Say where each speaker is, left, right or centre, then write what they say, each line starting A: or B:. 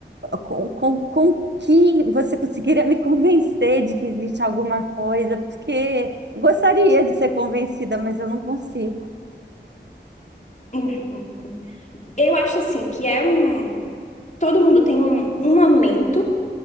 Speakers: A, on the right; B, on the left.
A: com, com, com que você conseguiria me convencer de que existe alguma coisa, porque eu gostaria de ser convencida, mas eu não consigo.
B: Uhum. Eu acho assim que é um. Todo mundo tem um, um momento,